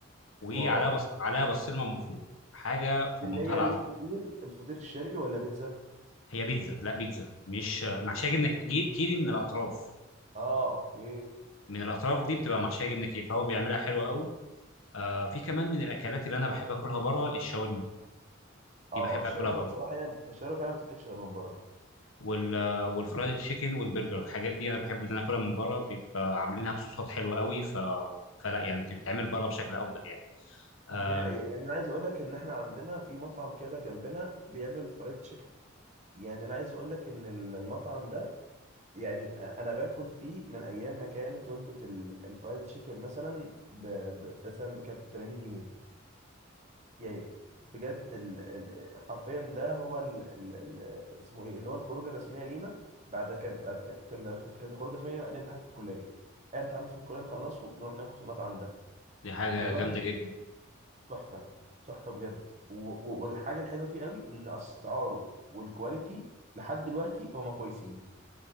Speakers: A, on the left (about 80°); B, on the right (about 35°).
A: وعليها
B: واو
A: بص... عليها بسطرمه من فوق حاجه
B: دي
A: في
B: اللي
A: منتهى
B: هي
A: العظمه
B: الفطير الفطير الشرقي ولا بيتزا؟
A: هي بيتزا لا بيتزا مش محشيه جبنه كي- كيري من الاطراف
B: اه اوكي
A: من الاطراف دي بتبقى
B: حلو.
A: محشيه جبنه كتير فهو بيعملها حلوه قوي آه في كمان من الاكلات اللي انا بحب اكلها بره الشاورما
B: اه
A: دي بحب
B: الشاورما
A: اكلها بره
B: بصراحه هي الشاورما فعلا ما بتاكلش غير من بره
A: وال والفرايد تشيكن والبرجر الحاجات دي انا بحب ان انا اكلها من بره بيبقى عاملينها بصوصات حلوه قوي ف فلا يعني بتتعمل بره بشكل افضل يعني
B: دي
A: آه
B: حقيقه يعني انا عايز اقول لك ان احنا عندنا في مطعم كده جنبنا بيعمل فرايد تشيكن يعني انا عايز اقول لك ان ال- المطعم ده يعني انا باكل فيه من ايام ما كانت وجبه ال- الفرايد تشيكن مثلا ب ب- مثلا كانت ب 80 جنيه يعني بجد ال... ال... حرفيا ده هو ال... ال... ال... اسمه ايه اللي هو الخروجه الرسميه لينا بعد كان بعد كان كان- كانت الخروجه الرسميه بعد امتحان في الكليه اي امتحان في الكليه نخلصه نروح ناكل في المطعم ده
A: دي حاجه
B: دلوقتي
A: جامده جدا
B: تحفه تحفه بجد و... و... والحاجه الحلوه فيه قوي ان اسعاره والكواليتي لحد دلوقتي هما كويسين